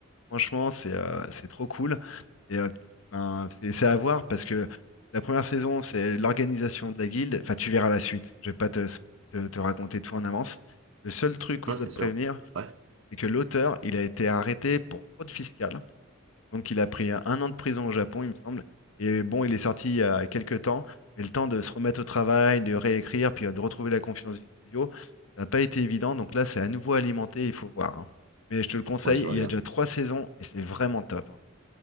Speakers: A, on the left; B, on the right.
A: Franchement, c'est euh, c'est trop cool. Et euh, enfin, c'est c'est à voir parce que la première saison, c'est l'organisation de la guilde. Enfin, tu verras la suite. Je vais pas te, te, te raconter tout en avance. Le seul truc
B: Non,
A: où je dois
B: c'est
A: te
B: sûr.
A: prévenir,
B: Ouais,
A: c'est que l'auteur, il a été arrêté pour fraude fiscale. Donc il a pris un an de prison au Japon, il me semble. Et bon, il est sorti il y a quelques temps, mais le temps de se remettre au travail, de réécrire, puis euh, de retrouver la confiance du studio, ça n'a pas été évident. Donc là, c'est à nouveau alimenté, il faut voir. hein. Mais je te le conseille,
B: ouais, je
A: il
B: vois
A: y
B: bien.
A: a déjà trois saisons et c'est vraiment top. hein.